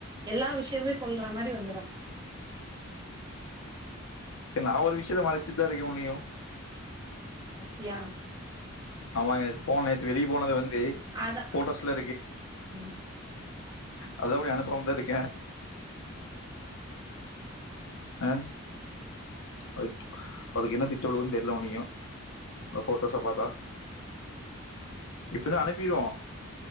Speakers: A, on the right; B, on the left.
A: எல்லா விஷயமே சொல்ற மாரி வந்துரு
B: நா ஒரு விஷயத்த மறச்சித்தா இருக்கே உனையு
A: அப்டியா
B: ஆமாங்க போன நேத்து வெளிய போனது வந்து
A: அதான்
B: போட்டோஸ்ல இருக்கு
A: ம்,
B: அதுத உன அனுப்பாம தா இருக்கே அ அது அதுக்கு என்ன திட்ட ஒழுக்குன் தெரியல உன்னையோ அ போட்டோஸா பாத்தா இப்ப என்ன அனுப்பிறுவோ